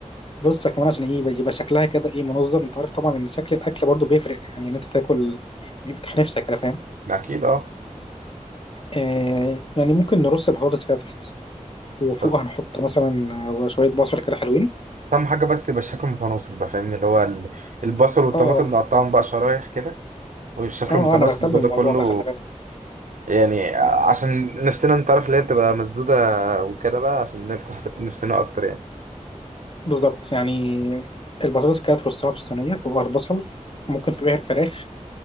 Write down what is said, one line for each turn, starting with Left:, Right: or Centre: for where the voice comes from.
Left: بص يا كمان عشان ايه يبقى يبقى شكلها كده ايه منظم انت عارف طبعا ان شكل الاكل برضو بيفرق يعني ان انت تاكل بيفتح نفسك انا فاهم
Right: ده اكيد اه
Left: آه يعني ممكن نرص بطاطس كده تحت وفوق
Right: بس
Left: هنحط مثلا آه، شوية بصل كده حلوين
Right: اهم حاجه بس يبقى الشكل متناسق بقى فاهمني اللي هو ال- البصل والطماطم
Left: اه
Right: نقطعهم بقى شرايح كده والشكل
Left: اه آه،
Right: متناسق
Left: انا بهتم
Right: يبقى
Left: بالموضوع
Right: ده كله
Left: ده خلي بالك
Right: يعني عشان نفسنا انت عارف اللي هي بتبقى مسدوده وكده بقى عشان نفتح نفسنا اكتر يعني
Left: بالظبط يعني البطاطس كده ترصها في الصينية فوقها البصل ممكن فوقها الفراخ